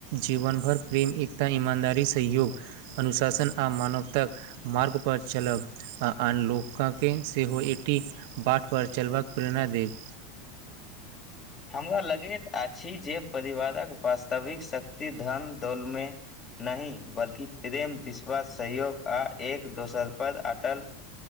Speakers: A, on the right (about 60°); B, on the left (about 35°).
A: जीवन भर प्रेम एकता ईमानदारी सहयोग अनुशासन आ मानवतक। मार्ग पर चलब। आ आन लोका के सेहो एकी बाट पर चलबाक प्रेरणा देब।
B: हमरा लगैत अछी जे परिवारक वास्तविक शक्ति धन दौलमे- नही बल्कि प्रेम विश्वास सहयोग आ एक दोसर पर अटल-